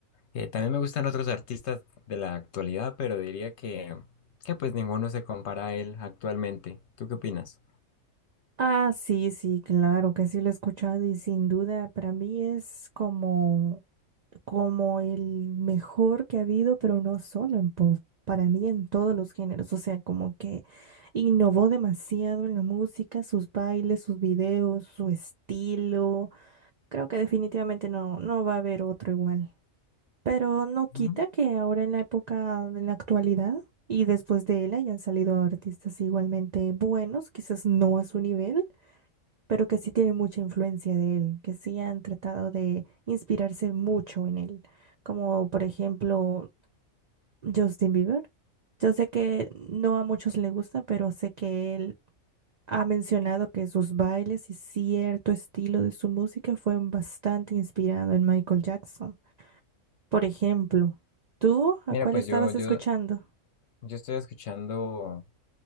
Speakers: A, on the left; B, on the right.
A: Eh, también me gustan otros artistas de la actualidad, pero diría que, que pues ninguno se compara a él actualmente. ¿Tú qué opinas?
B: Ah, sí, sí, claro que sí lo he escuchado y sin duda para mí es como, como el mejor que ha habido, pero no solo en pop, para mí en todos los géneros, o sea, como que innovó demasiado en la música, sus bailes, sus videos, su estilo. Creo que definitivamente no, no va a haber otro igual. Pero no quita
A: Ujú.
B: que ahora en la época, en la actualidad, y después de él hayan salido artistas igualmente buenos, quizás no a su nivel pero que sí tiene mucha influencia de él, que sí han tratado de inspirarse mucho en él, como por ejemplo Justin Bieber. Yo sé que no a muchos le gusta, pero sé que él ha mencionado que sus bailes y cierto estilo de su música fue bastante inspirado en Michael Jackson. Por ejemplo, ¿tú a
A: Mira,
B: cuál
A: pues
B: estabas
A: yo, yo,
B: escuchando?
A: yo estoy escuchando,